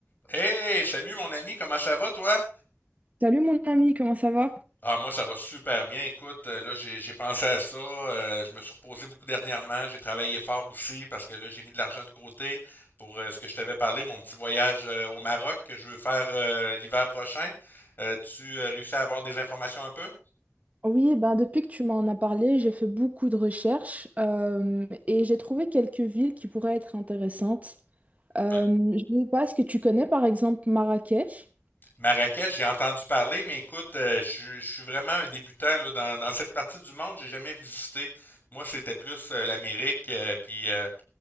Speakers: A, on the left (about 40°); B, on the right (about 30°).
A: Hey, salut mon ami, comment ça va toi?
B: Salut mon ami, comment ça va?
A: Ah, moi ça va super bien. Écoute, euh, là j'ai j'ai pensé à ça, euh, je me suis reposé beaucoup dernièrement, j'ai travaillé fort aussi parce que là j'ai mis de l'argent de côté pour euh, ce que je t'avais parlé, mon petit voyage euh, au Maroc que je veux faire euh, l'hiver prochain. Euh, tu euh, réussis à avoir des informations un peu?
B: Oui, ben depuis que tu m'en as parlé, j'ai fait beaucoup de recherches euh, et j'ai trouvé quelques villes qui pourraient être intéressantes. Euh,
A: Ouais.
B: je ne sais pas, est-ce que tu connais par exemple Marrakech?
A: Marrakech, j'ai entendu parler, mais écoute, euh, je, je suis vraiment un débutant là, dans, dans cette partie du monde, j'ai jamais visité. Moi, c'était plus euh, l'Amérique, euh, puis euh,